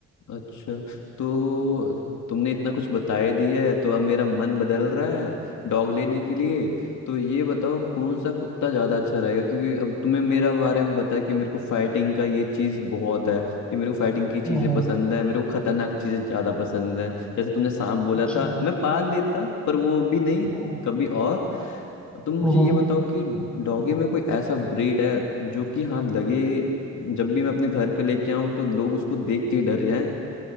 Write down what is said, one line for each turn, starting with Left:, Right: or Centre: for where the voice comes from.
Left: अच्छा तो तुमने इतना कुछ बताए दिया है तो अब मेरा मन बदल रहा है डॉग लेने के लिए तो ये बताओ कौन सा कुत्ता ज़्यादा अच्छा रहेगा क्योंकि अब तुम्हें मेरा बारे में बताया कि मेरे को फाइटिंग का ये चीज़ बहुत है कि मेरे को फाइटिंग की चीज़ें
Centre: हम्म हम्म,
Left: पसंद है मेरे को खतरनाक चीज़ें ज़्यादा पसंद है जैसे तुमने सांप बोला
Centre: अच्छा
Left: था मैं पाल लेता पर वो भी नहीं
Centre: हम्म
Left: कभी और तुम मुझे
Centre: हम्म
Left: ये बताओ कि डॉगी में कोई ऐसा ब्रीड है जो कि हाँ लगे जब भी मैं अपने घर पे लेके आऊं तो लोग उसको देख के ही डर जाएं